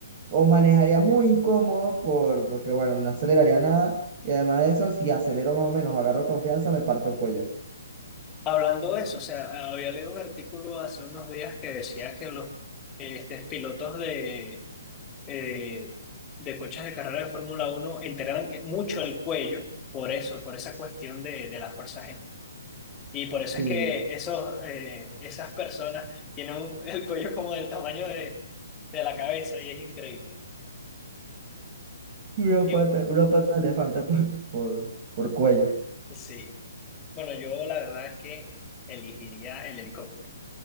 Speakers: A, on the right; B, on the left.
A: o manejaría muy incómodo por, porque, bueno, no aceleraría nada. Y además de eso, si acelero más o menos, agarro confianza, me parto el cuello.
B: Hablando de eso, o sea, había leído un artículo hace unos días que decía que los eh, este, pilotos de, eh, de coches de carrera de Fórmula uno entrenan mucho el cuello por eso, por esa cuestión de, de la fuerza G. Y por eso
A: Sí,
B: es que esos, eh, esas personas tienen un- el cuello como del tamaño de, de la cabeza y es increíble.
A: una
B: Y,
A: pata, una pata de elefante por, por, por cuello.
B: sí, bueno, yo la verdad es que elegiría el helicóptero.